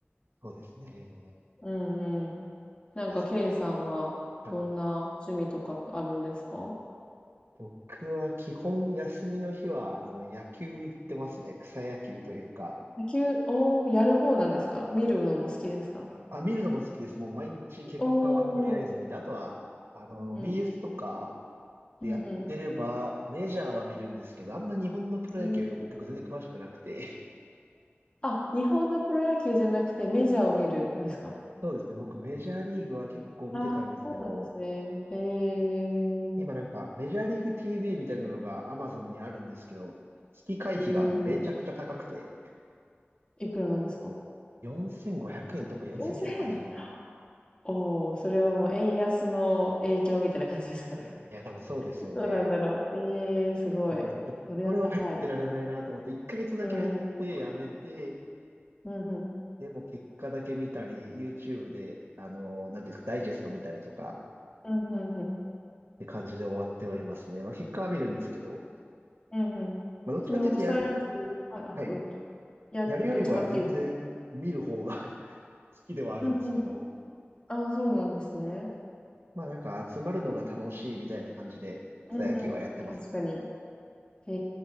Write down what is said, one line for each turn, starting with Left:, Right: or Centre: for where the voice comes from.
Right: そうですね。い
Left: うんうん。なんか、
Right: や
Left: ケイさんは、
Right: はい。
Left: どんな趣味とかあるんですか
Right: 僕は基本休みの日は、あの、野球行ってますね。草野球というか。
Left: 野球、おー、やる方なんですか見るのも好きですか
Right: あ、見るのも好きです。もう毎日結果はとりあえず見て、
Left: おー、
Right: あとは、あの、
Left: うん
Right: BS とかでやってれば、
Left: うん、うんう
Right: メジャーは見るんですけど、あんま日本のプロ野球、
Left: ん。えー、
Right: 僕全然詳しくなくて。
Left: えあ、日本のプロ野球じゃなくてメジャーを見るんですか
Right: <laughs> そうですね、僕メジャーリーグは結構見てたんですけど、
Left: あ、そうなんですね。へえ。
Right: 今なんかメジャーリーグ TV みたいなのが Amazon にあるんですけど、月会費がめちゃくちゃ高くて、
Left: ええ。いくらなんですか
Right: 4500円とか4980円とか。
Left: ?4000 円。おお、それはもう円安の影響みたいな感じですかね。
Right: いや、多分そうですよね。
Left: <laughs> どうなんだろう。ええ、すごい。
Right: だからちょっと、
Left: それは高い。
Right: これは入ってられないなと思って、1ヶ月だけ入ってやめて、
Left: うんうん。うんうん。
Right: でも結果だけ見たり、YouTube で、あのーなんていうんですか、ダイジェスト見たりとか、
Left: うんうんうん。
Right: って感じで終わってはいますね。まあ結果は見るんですけど、
Left: うんうん。
Right: まあどっちかっていうとやる、
Left: その草野球、はい、あ、
Right: はい、
Left: どうぞ。いや、
Right: やるよりは全然見る方が
Left: どっちかっていうと。
Right: <laughs> 好きではあるんですけど、
Left: うんうんうん。ああ、そうなんですね。
Right: まあなんか集まるのが楽しいみたいな感じで草野球はやってます。
Left: うんうん。確かに。へ